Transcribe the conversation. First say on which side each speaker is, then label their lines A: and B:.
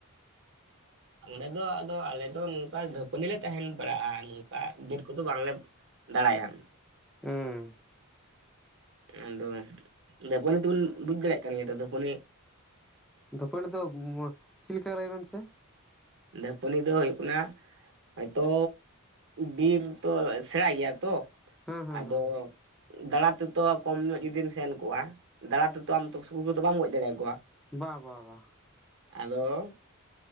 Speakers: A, on the right (about 55°); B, in the centre.
A: ᱚᱸᱰᱮ ᱟᱫᱚ ᱟᱞᱮ ᱫᱚ <unintelligible> ᱛᱟᱦᱮᱸᱱ ᱵᱟᱲᱟᱜ-ᱟ ᱱᱚᱝᱠᱟ ᱵᱤᱨ ᱠᱚᱫᱚ ᱵᱟᱝᱞᱮ ᱫᱟᱬᱟᱭᱟ ᱾
B: ᱦᱩᱸᱻ᱾
A: ᱟᱫᱚ ᱫᱷᱟᱹᱯᱟᱹᱱᱤ ᱛᱚ ᱵᱤᱱ ᱵᱩᱡ ᱫᱟᱲᱮᱭᱟᱜ ᱠᱟᱱ ᱜᱮᱭᱟ ᱛᱚ ᱫᱷᱟᱹᱯᱟᱹᱱᱤ
B: ᱫᱟᱹᱯᱟᱹᱱᱤ ᱫᱚ ᱪᱮᱫ ᱞᱮᱠᱟ ᱞᱟᱹᱭ ᱵᱮᱱ ᱥᱮ?
A: ᱫᱟᱹᱯᱟᱹᱱᱤ ᱫᱚ ᱦᱩᱭᱩᱜ ᱠᱟᱱᱟ᱾ ᱦᱳᱭᱵᱛᱚ ᱵᱤᱨ ᱛᱚ ᱥᱮᱬᱟ ᱜᱮᱭᱟ ᱛᱚ
B: ᱦᱮᱸ ᱦᱮᱸ
A: ᱟᱫᱚ᱾
B: ᱦᱮᱸ
A: ᱫᱟᱬᱟ ᱛᱮᱛᱚ ᱠᱚᱢ ᱧᱚᱜ ᱡᱩᱫᱤᱢ ᱥᱮᱱ ᱠᱚᱜ-ᱟ ᱫᱟᱬᱟ ᱛᱮᱛᱚ ᱟᱢ ᱛᱚ <unintelligible> ᱠᱚᱫᱚ ᱵᱟᱢ ᱜᱚᱡ ᱫᱟᱲᱮᱭᱟᱠᱚᱣᱟ᱾
B: ᱵᱟ ᱵᱟ ᱵᱟ᱾
A: ᱟᱫᱚ